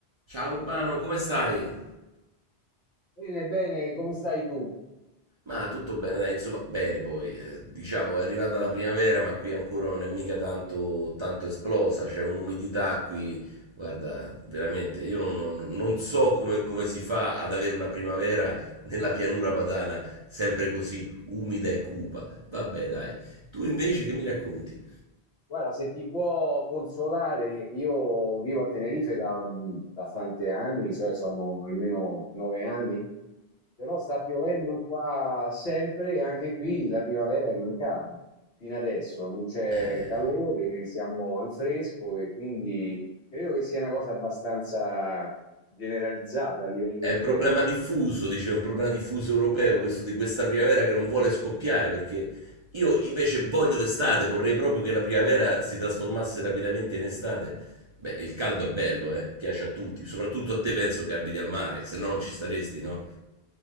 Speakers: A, on the right; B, on the left.
A: Ciao Urbano, come stai?
B: Bene, bene, come stai tu?
A: Ma tutto bene, dai, insomma, bene poi. eh, diciamo è arrivata la primavera, ma qui ancora non è mica tanto, tanto esplosa, c'è un'umidità qui. Guarda, veramente, io non, non- non so come, come si fa ad avere una primavera nella pianura padana, sempre così umida e cupa. Vabbè, dai. Tu invece che mi racconti?
B: Guarda, se ti può consolare, io vivo a Tenerife da, mm, da tanti anni, cioè sono almeno nove anni, però sta piovendo qua sempre e anche qui la primavera è mancata fino adesso, non c'è
A: Eh,
B: calore, siamo al fresco e quindi credo che sia una cosa abbastanza generalizzata a livello
A: È
B: europeo.
A: un problema diffuso, dicevo, un problema diffuso europeo, questo di questa primavera che non vuole scoppiare, perché io invece voglio l'estate, vorrei proprio che la primavera si trasformasse rapidamente in estate. Beh, il caldo è bello, eh, piace a tutti, soprattutto a te penso che abiti al mare, se no non ci staresti, no?